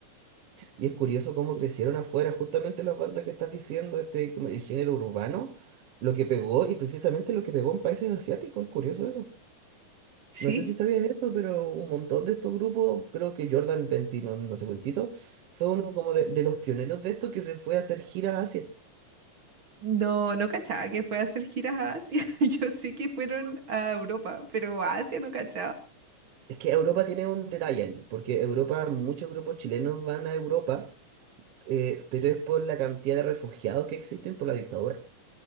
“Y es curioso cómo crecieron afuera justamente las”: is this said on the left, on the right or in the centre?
Right